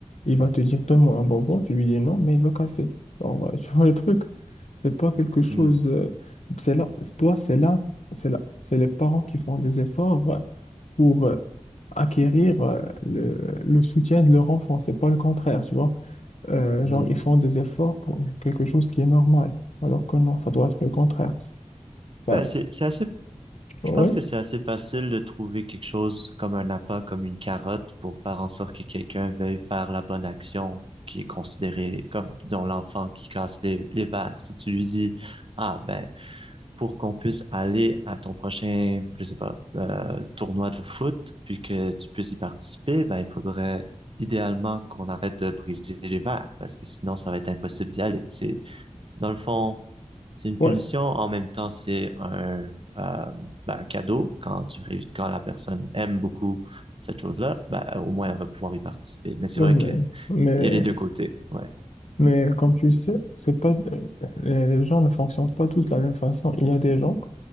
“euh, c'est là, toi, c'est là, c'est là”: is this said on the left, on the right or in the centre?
Left